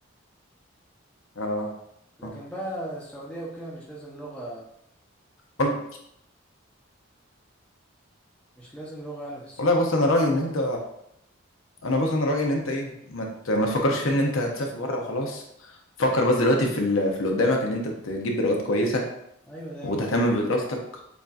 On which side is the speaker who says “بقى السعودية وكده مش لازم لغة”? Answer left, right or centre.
Centre